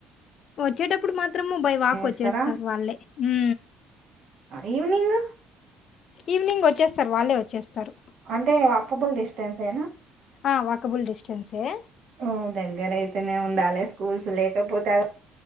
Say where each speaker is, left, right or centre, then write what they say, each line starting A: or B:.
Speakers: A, on the left (about 40°); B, on the right (about 50°).
A: వచ్చేటప్పుడు మాత్రం మాత్రము బై వాక్
B: వేస్తారా
A: వచ్చేస్తారు వాళ్ళే ఉ
B: ఈవినింగ్
A: ఈవినింగ్ వచ్చేస్తారు వాళ్ళే వచ్చేస్తారు
B: అంటే వకబుల్ డిస్టెన్స్ ఏనా
A: ఆ వాకబుల్ డిస్టెన్స్ ఏ
B: ఓ దగ్గర అయితేనే ఉండాలి స్కూల్స్ లేకపోతే